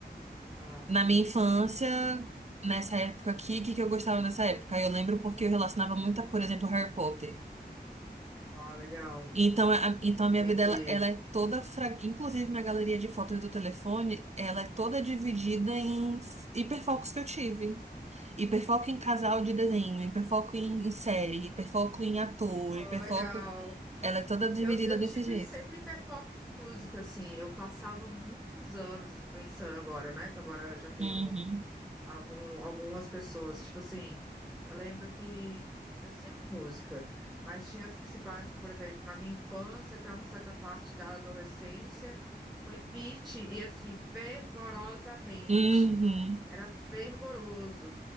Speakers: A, in the centre; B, on the right.
A: ah
B: Na minha infância, nessa época aqui, o que que eu gostava nessa época? Eu lembro porque eu relacionava muito, a, por exemplo, Harry Potter.
A: Ah, legal.
B: Então, a, então
A: Entendi.
B: a minha vida, ela, ela é toda, fra... inclusive minha galeria de fotos do telefone, ela é toda dividida em hiperfocos que eu tive. Hiperfoco em casal de desenho, hiperfoco em, em série, hiperfoco em ator,
A: Oh,
B: hiperfoco...
A: legal.
B: Ela é toda dividida
A: Eu, eu
B: desse
A: tive
B: jeito.
A: sempre hiperfoco com música, assim. Eu passava muitos anos pensando agora, né? Que agora eu já tenho
B: Uhum.
A: algum- algumas pessoas. Tipo assim, eu lembro que é sempre música, mas tinha as principais, que, por exemplo, na minha infância, até uma certa parte da adolescência, foi Pitty e assim, fervorosamente.
B: Uhum.
A: Era fervoroso.